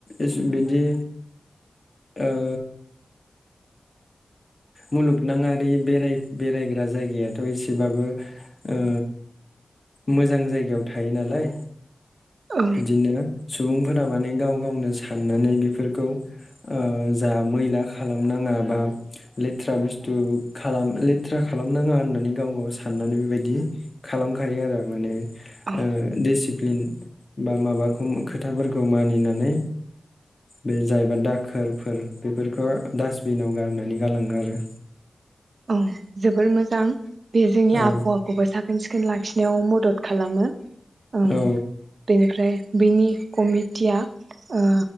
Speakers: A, on the left (about 35°); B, on the right (about 70°).
A: एस बिदि ओ मुलुगनाङारि बेराय बेरायग्रा जायगायाथ' एसेबाबो ओ मोजां जायगायाव थायो नालाय।
B: औ
A: बिदिनो सुबुंफोरा माने गाव गावनो साननानै बिफोरखौ ओ जा मैला खालामनाङा बा लेथ्रा बुस्थु खालाम लेथ्रा खालामनाङा होननानै गाव गाव साननानै बेबायदि खालामखायो आरो माने ओ
B: औ
A: देसिब फ्लिन बा माबाखौ खम खोथाफोरखौ मानिनानै बे जायबा दाखोरफोर बेफोरखो डास्टबिनाव गारनानै गालाङो आरो।
B: औ जोबोर मोजां। बे जोंनि
A: औ
B: आबहावाखौबो साखोन सिखोन लाखिनायाव मद दद खालामो। ओं
A: औ
B: बेनिफ्राय बेनि कमिटिया ओ